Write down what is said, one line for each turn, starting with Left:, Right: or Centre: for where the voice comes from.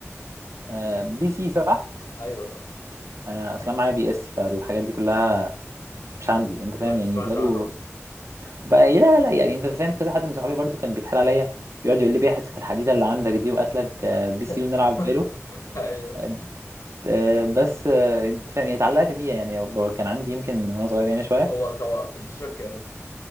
Right: آه، بي سي صح
Left: ايوه
Right: انا اصلا معايا بي اس فالحاجات دي كلها مش عندي انت فاهم
Left: ما تسمعش
Right: يعني فالو
Left: عنها اصلا
Right: بقى إيه؟ لا لا يعني انت فاهم كذا حد من صحابي برضو كان بيتحال عليا بيقعد يقول لي بيها حته الحديده اللي عندك دي وقاتلك آه، بي سي
Left: <laughs>
Right: ونلعب فالو
Left: ايوه
Right: آه، آه، بس آه، انت فاهم يعني اتعلقت بيها يعني كان عندي يمكن من وانا صغير يعني شويه
Left: هو كوا بلاي ستيشن كام؟